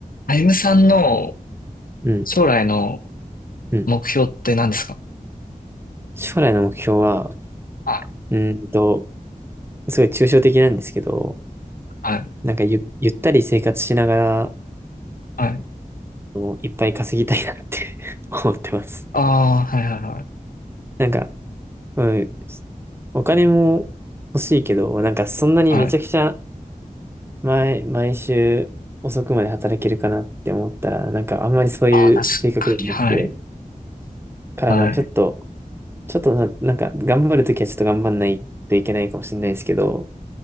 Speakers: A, on the left; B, on the right.
A: あゆむさんの
B: うん、
A: 将来の
B: うん。
A: 目標って何ですか
B: 将来の目標は、
A: はい、
B: うーんと、すごい抽象的なんですけど、
A: はい、
B: なんかゆ、ゆったり生活しながら、
A: はい。
B: あのいっぱい稼ぎたいなって <laughs> 思ってます。
A: ああ、はい、はい、はい。
B: なんか、うん、お金も欲しいけど、なんかそんなにめちゃくちゃ
A: はい。
B: 毎、毎週遅くまで働けるかなって思ったら、なんかあんまりそういう性格ではなくて、
A: ああ、確かに、はい。
B: からまあちょっと、
A: はい、
B: ちょっとな、なんか頑張るときはちょっと頑張んないといけないかもしれないですけど、